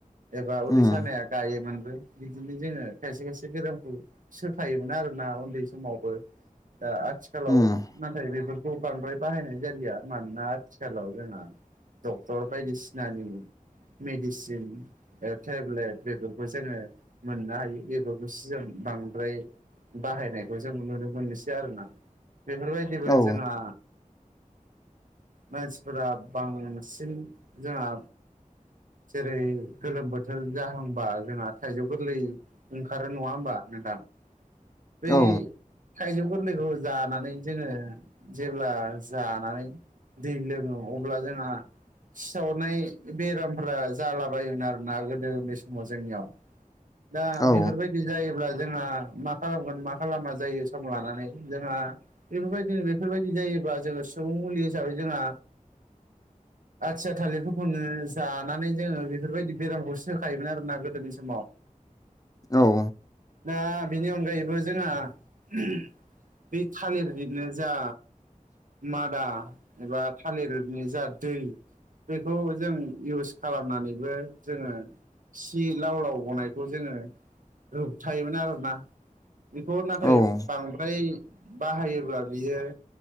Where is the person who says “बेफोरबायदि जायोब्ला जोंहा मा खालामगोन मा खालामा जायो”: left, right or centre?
Right